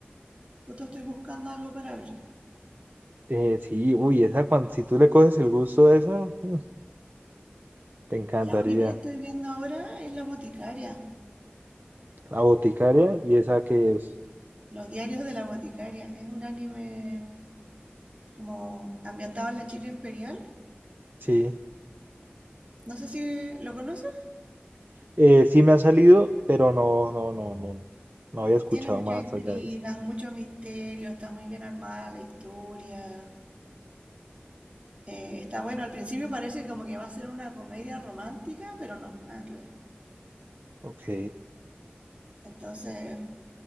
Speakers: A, on the right; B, on the right.
A: Justo estoy buscando algo para ver.
B: Eh, sí, uy, esa cuando, si tú le coges el gusto a eso, mm, te encantaría.
A: La única que estoy viendo ahora es La Boticaria.
B: La boticaria y esa que es,
A: Los diarios de la Boticaria. Es un anime como ambientado en la China imperial.
B: sí,
A: No sé si lo conoces.
B: Eh, sí me ha salido, pero no, no, no, no, no había escuchado
A: Tiene muchas
B: más
A: intrigas,
B: allá de eso.
A: mucho misterio, está muy bien armada la historia. Eh, está bueno, al principio parece como que va a ser una comedia romántica, pero no, nada que ver.
B: Ok,
A: Entonces,